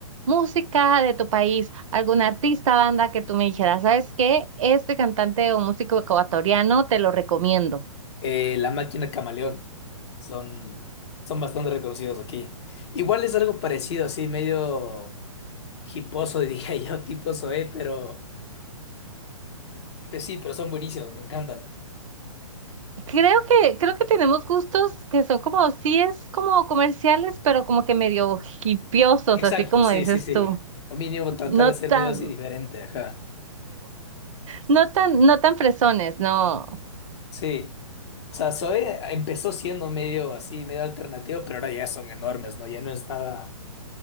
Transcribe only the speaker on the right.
música de tu país, algún artista, banda que tú me dijeras, ¿sabes qué? Este cantante o músico ecuatoriano te lo recomiendo.
Creo que, creo que tenemos gustos que son como, sí es como comerciales, pero como que medio hipiosos,
así como
dices
tú.
No
tan,
no tan, no tan fresones, no.